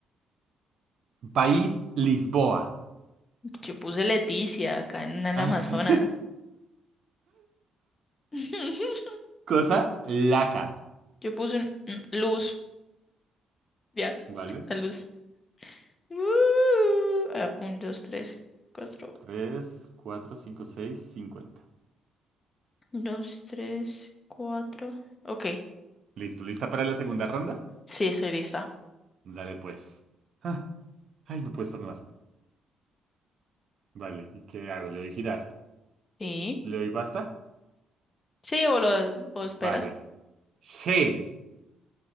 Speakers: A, on the right; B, on the left.
A: País Lisboa.
B: Yo puse Leticia acá en el
A: <laughs>
B: Amazonas. <laughs>
A: Cosa
B: Y
A: laca.
B: Yo puse un- un- luz. Ya,
A: ¿Vale?
B: la luz. Uh, ah, un, dos, tres, cuatro.
A: Tres, cuatro, cinco, seis, cincuenta.
B: Dos, tres, cuatro. Ok.
A: Listo, ¿lista para la segunda ronda?
B: Sí, estoy lista.
A: Dale pues. Ah, ay, no puedes tornar. Vale, ¿y qué hago? ¿Le doy girar?
B: Sí.
A: ¿Le doy basta?
B: Sí, o lo, o
A: Vale.
B: esperas.
A: G.